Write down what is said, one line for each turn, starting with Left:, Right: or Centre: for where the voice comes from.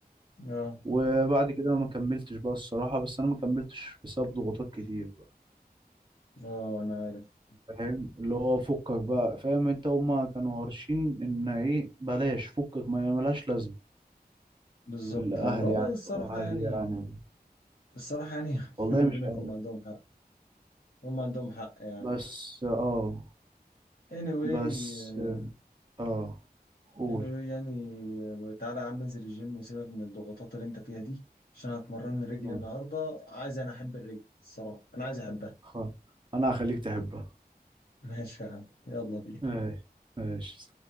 Left: اه
Right: وبعد كده ما كملتش بقى الصراحة بس انا ما كملتش بسبب ضغوطات كتير بقى
Left: اه انا عارف
Right: فاهم اللي هو فكك بقى فاهم انت هما كانوا هارشين ان ايه بلاش فكك ما ملهاش لازمة
Left: بالظبط
Right: الأهل
Left: ايوه هو
Right: يعني
Left: الصراحه
Right: وأهلي
Left: يعني
Right: يعني
Left: الصراحه يعني <laughs>
Right: والله
Left: بيني وبينك
Right: مش عارف
Left: هم عندهم حق هم عندهم حق يعني
Right: بس آه
Left: anyway
Right: بس
Left: آه،
Right: آه قول
Left: anyway يعني آه، تعالى يا عم انزل الجيم وسيبك من الضغوطات اللي انت فيها دي عشان هتمرن رجلي
Right: آه.
Left: النهارده عايز انا احب الرجل الصراحه انا عايز احبها
Right: خ- أنا هخليك تحبها
Left: <laughs> ماشي يا عم يلا بينا
Right: ماشي ماشي